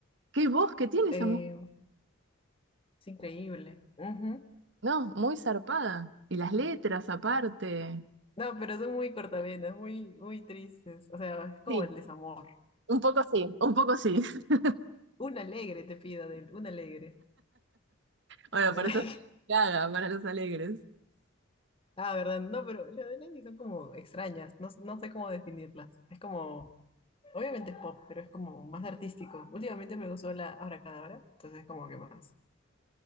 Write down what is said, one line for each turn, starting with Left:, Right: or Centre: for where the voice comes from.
Right: ¿Qué voz que tiene
Left: eh,
Right: esa mujer?
Left: es increíble. Ujú.
Right: No, muy zarpada. Y las letras aparte.
Left: No, pero son muy cortavenas, muy, muy tristes. O sea, es como
Right: Sí,
Left: el desamor.
Right: un poco sí, un poco sí. <laughs>
Left: Un alegre te pida de él, un alegre.
Right: Bueno,
Left: <laughs>
Right: para eso Lady Gaga, para los alegres.
Left: Ah, ¿verdad? No, pero las de Lenny son como extrañas. No, no sé cómo definirlas. Es como... Obviamente es pop, pero es como más artístico. Últimamente me gustó la Abracadabra, entonces como que más.